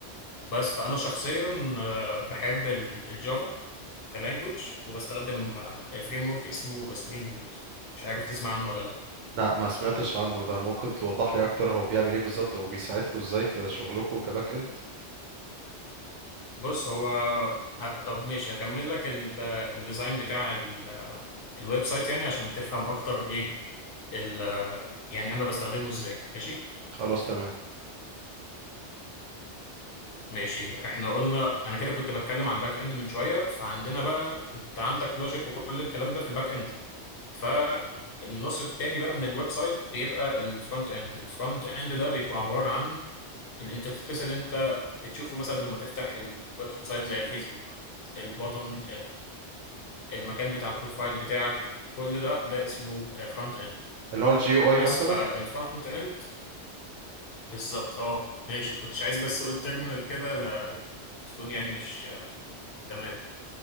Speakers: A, on the left; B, on the right.
A: بس فانا شخصيا آه بحب ال- الجافا كلانجوج وبستخدم فريم ورك اسمه سبرينج بوت مش عارف تسمع عنه ولا لا
B: لا ما سمعتش عنه ده ممكن توضح لي اكتر هو بيعمل ايه بالظبط او بيساعدكم ازاي في شغلكم كباك اند
A: بص هو ه- طب ماشي هكمل لك ال- الديزاين بتاع ال- الويب سايت يعني عشان تفهم اكتر ايه ال يعني انا بستخدمه ازاي ماشي
B: خلاص تمام
A: ماشي احنا قلنا انا كده كنت بتكلم على الباك اند من شويه فعندنا بقى انت عندك لوجيك وكل الكلام ده في الباك اند فالنص التاني بقى من الويب سايت بيبقى الفرونت اند الفرونت اند ده بيبقى عباره عن الانترفيس اللي انت بتشوفه مثلا لما تفتح الويب سايت زي الفيسبوك البطن المكان بتاع البروفايل بتاعك كل ده ده اسمه فرونت اند
B: اللي هو الجي او اي
A: بس
B: مثلا
A: فالفرونت اند بالظبط اه ماشي ما كنتش عايز بس اقول تيرمينال كده لا تكون يعني مش آه، تمام